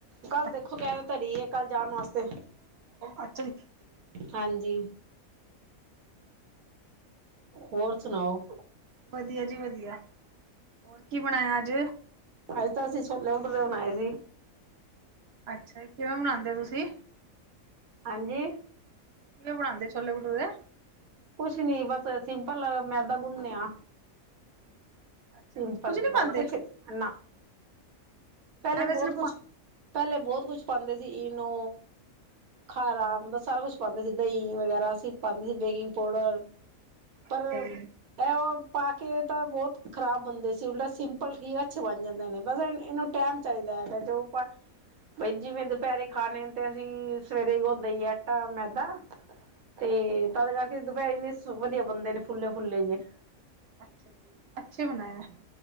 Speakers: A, on the right; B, on the right.
A: ਕੱਲ
B: ਅੱਛਾ
A: ਦੇਖੋ ਕਹਿ ਧਰੀ ਹੈ ਕੱਲ ਜਾਣ ਵਾਸਤੇ।
B: ਅੱਛਾ ਜੀ
A: ਹਾਂਜੀ। ਹੋਰ ਸੁਣਾਓ?
B: ਵਧੀਆ ਜੀ ਵਧੀਆ। ਹੋਰ ਕੀ ਬਣਾਇਆ ਅੱਜ?
A: ਅੱਜ ਤਾਂ ਅਸੀਂ ਛੋਲੇ ਟ ਲਨ ਆਏ ਸੀ।
B: ਅੱਛਾ। ਕਿਵੇਂ ਮਨਾਉਂਦੇ ਹੋ ਤੁਸੀਂ?
A: ਹਾਂਜੀ।
B: ਕਿਵੇ ਬਨਾਦੇ ਛੋਲੇ -ਭਠੁਰੇ।
A: ਕੁਛ ਨੀ ਬਸ, ਸਿੰਪਲ ਮੈਦਾ ਗੁੰਨਨੇ ਆਂ।
B: ਅੱਛਾ
A: ਸਿੰਪਲ
B: ਵਿੱਚ ਕੁੱਝ ਨੀ
A: ਬ
B: ਪਾਉਂਦੇ
A: ਕੁਛ, ਨਾ, ਪਹਿਲੇ
B: ਐਵੇਂ
A: ਬਹੁਤ
B: ਸਿਰਫ
A: ਕੁਛ।
B: ਪਾ
A: ਪਹਿਲੇ ਬਹੁਤ ਕੁਛ ਪਾਉਂਦੇ ਸੀ ਇਨੋ ਖਾਰਾ ਮਤਲਬ ਸਾਰਾ ਕੁਛ ਪਾਂਦੇ ਸੀ, ਦਹੀਂ ਵਗੈਰਾ ਅਸੀਂ ਪਾਂਦੇ ਸੀ, ਬੇਕਿੰਗ ਪੋਡਰ। ਪਰ
B: ਅੱਛਾ ਜੀ
A: ਇਹ ਉਹ ਪਾ ਕੇ ਤਾਂ ਬਹੁਤ ਖ਼ਰਾਬ ਬੰਦੇ ਸੀ ਉਲਟਾ ਸਿੰਪਲ ਠੀਕ ਅੱਛੇ ਬਣ ਜਾਂਦੇ ਨੇ ਬਸ ਇਹਨੂੰ ਟਾਈਮ ਚਾਹੀਦਾ। ਹੈਗਾ ਜੋ ਆਪਾਂ ਬਾਈ ਜਿਵੇਂ ਦੁਪਹਿਰੇ ਖਾਣੇ ਤੇ ਅਸੀਂ ਸਵੇਰੇ ਗਉਂਦੇ ਈਏ ਆਟਾ- ਮੈਦਾ। ਤੇ
B: ਹਾਂਜੀ
A: ਤਦ ਕਰਕੇ ਦੁਪਹਿਰ ਇੰਨੇ ਵਧੀਆ ਬੰਦੇ ਨੇ ਫੁੱਲਲੇ ਫੁੱਲੇ ਜੇ।
B: ਅੱਛਾ ਜੀ, ਅੱਛੇ ਬਣਾਏ ਹੈ।